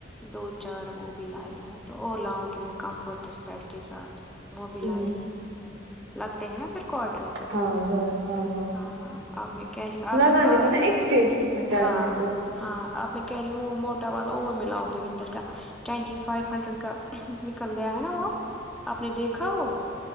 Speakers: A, in the centre; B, on the right.
A: دو چار وہ بھی لیا تو وہ لاؤں گی وہ کمفرٹر سائڈ کے ساتھ وہ بھی
B: ہ
A: لائے ہیں لگتے ہیں نا پھر کاٹن
B: ہاں ذرا ہاں
A: ہاں ا میں کہ رہی آب
B: لگانے
A: آئے
B: کو نا ایکسچینج میں کرنے
A: ہاں
B: کو
A: ہاں اب می کہ رہی ہوں وو مو ٹا والا اور ملاؤ گے ونٹر کا ٹٹی فو ہنڈریڈ کا نکل گیا ہے نا وہ آپ نے دیکھا ہو